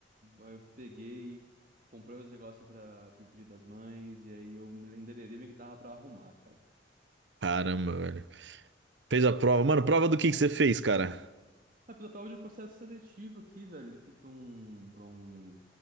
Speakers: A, on the right; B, on the right.
A: aí eu peguei, comprei os negócios pra, pro Dia das Mães, e aí eu me endereçei minha guitarra pra arrumar, cara.
B: Caramba, velho. Fez a prova. Mano, prova do que que você fez, cara?
A: Mas fiz a prova de um processo seletivo aqui, velho, aqui pra um, pra um